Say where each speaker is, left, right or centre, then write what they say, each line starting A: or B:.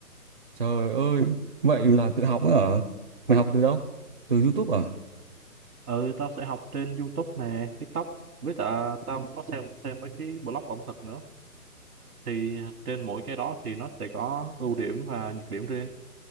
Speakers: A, on the right; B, on the right.
A: Trời ơi, vậy là tự học nữa hả? Mày học từ đâu? Từ YouTube à?
B: Ừ tao sẽ học trên YouTube nè, TikTok Với cả tao có xem thêm mấy cái blog ẩm thực nữa Thì trên mỗi cái đó thì nó sẽ có ưu điểm và nhược điểm riêng